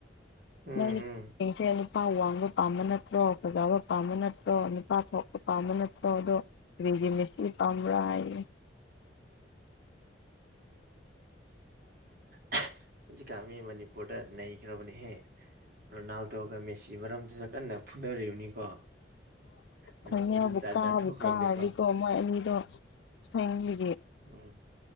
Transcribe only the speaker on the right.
ꯎꯝ
ꯎꯝ
ꯍ ꯍꯧꯖꯤꯛꯀꯥꯟ ꯃꯤ ꯃꯅꯤꯄꯨꯔꯗ ꯅꯩꯈ꯭ꯔꯕꯅꯦꯍꯦ ꯔꯣꯅꯥꯜ ꯇꯣꯒ ꯃꯦꯁꯤ ꯃꯔꯝꯗꯨꯁꯨ ꯀꯟꯅ ꯐꯨꯅꯔꯤꯕꯅꯤꯀꯣ ꯃꯅꯤꯄꯨꯔꯗ
ꯖꯥꯠ ꯖꯥꯠ ꯊꯣꯛꯈ꯭ꯔꯕꯅꯦꯀꯣ
ꯎꯝ